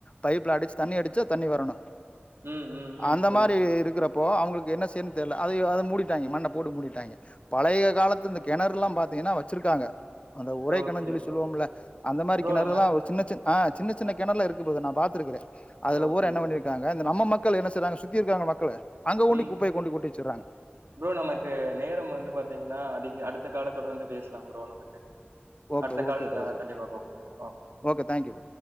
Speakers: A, on the left (about 30°); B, on the right (about 75°).
A: பை ப்ல அடிச்சு தண்ணி அடிச்சா தண்ணி வரணு
B: ம் ம் ம்
A: அந்த
B: புரியுது
A: மாரி
B: ப்ரோ
A: இருக்றப்போ அவங்ளுக் என்ன செய்ன்னு தெர்ல அத மூடிட்டாய்ங்க மண்ண போட் மூடிட்டாய்ங்க பழைய காலத்து இந் கெணறுல்லாம் பாத்திங்கனா வச்சிருக்காங்க அந்த ஒரைகண
B: ஓகே
A: ஜொல்லி
B: ப்ரோ
A: சொல்லுவோம்ல அந்த மாரி
B: ப்ரோ
A: கெணறுல்லா
B: நம்ம
A: ஒரு சின்ன சின் ஹ சின்ன சின்ன
B: அ
A: கெணற்ல இருக்கு ப்ரதர் நான் பாத் திருகுறே அதுல
B: ஓகே
A: ஊர் என்ன
B: ப்ரோ
A: பண்ணிட்டாங்க இந்த நம்ம மக் கள் என்ன செய்றாங்க சுத்தி இருக்காங்க மக்களு அங்க கொண்டி
B: ம்
A: குப்பைய கொண்டு கொட்டி வச்சர்றாங்க
B: ப்ரோ நமக்கு நேரம் வந்து பாத்தீங்கன்னா அதிக் அடுத்த காலத் தொடர்ந்து பேசலாம் ப்ரோ நம்ம செரி
A: ஓகே
B: அடுத்த
A: ஓகே
B: கால்ல
A: பிரதர்
B: நான் கண்டிப்பா கூபிடுறேன்
A: ஓகே தேங்க்யூ